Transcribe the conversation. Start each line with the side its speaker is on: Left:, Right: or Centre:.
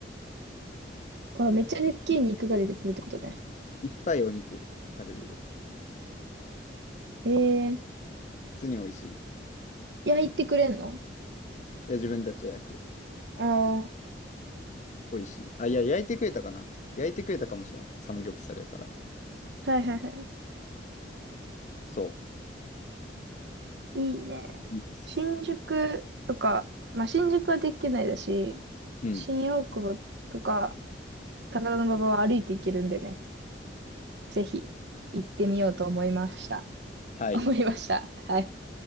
Right: あ、めっちゃでっけえ肉が出てくるってことね。
Left: いっぱいお肉食べれる。
Right: ええ。
Left: 普通に美味しい。い
Right: 焼いてくれんの
Left: や、自分たちで焼く。
Right: ああ
Left: 美味しい。あ、いや、焼いてくれたかな焼いてくれたかもしれない。サムギョプサルやから。
Right: ー。はいはいはい。
Left: そ
Right: いいね。
Left: う。いいです。
Right: 新宿とか、まあ、新宿はできないだし、
Left: うん。
Right: 新大久保とか、高田馬場は歩いて行けるんでね。ぜひ行ってみようと思いました。<laughs>
Left: はい。
Right: 思いました。はい。